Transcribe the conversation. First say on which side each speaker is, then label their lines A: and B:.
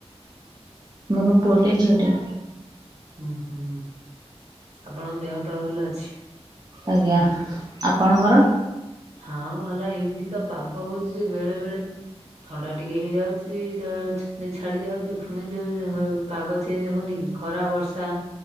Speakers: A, on the right (about 35°); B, on the right (about 80°).
A: ମୋର ପୁଅଟେ ଝିଅଟେ।
B: ଉଁ ହୁଁ ଆପଣଙ୍କ ଦେହ ପା ଭଲ ଅଛି?
A: ଆଜ୍ଞା ଆପଣଙ୍କର?
B: ହଁ ଭଲ ଏମିତି ତ ପାଗ ହଉଛି ଯେ ବେଳେ ବେଳେ ଥଣ୍ଡା ଟିକଏ ହେଇଯାଉଛି ଜ ପୁଣି ଛାଡ଼ିଯାଉଛି ପୁଣି ଜ୍ଵର ହ ପାଗ ଚେଞ୍ଜ ହଉନି କି ଖରା ବର୍ଷା